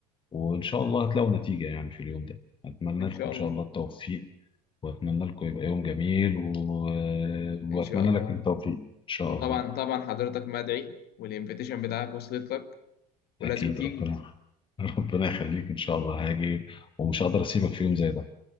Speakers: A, on the left; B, on the left.
A: وإن شاء الله هتلاقوا نتيجة يعني في اليوم ده أتمنى
B: ان
A: لكم
B: شاء
A: إن
B: الله
A: شاء الله التوفيق واتمنى لكم يبقى يوم جميل و... واتمنى
B: ان شاء الله
A: لك التوفيق ان شاء
B: وطبعا
A: الله
B: طبعا حضرتك مدعي والانفيتيشن بتاعك وصلت لك ولازم
A: اكيد
B: تيجي
A: ربنا <laughs> ربنا يخليك ان شاء الله هاجي ومش هقدر اسيبك في يوم زي ده